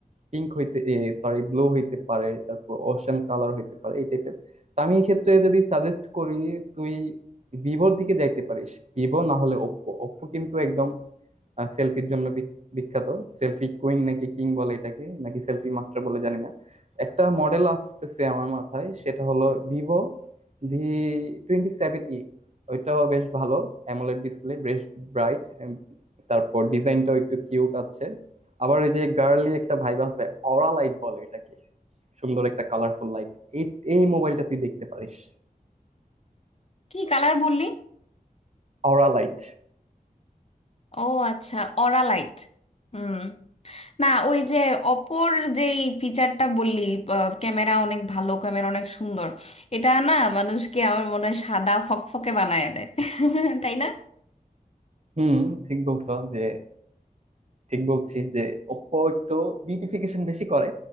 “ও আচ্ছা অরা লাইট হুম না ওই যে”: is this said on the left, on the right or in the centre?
Left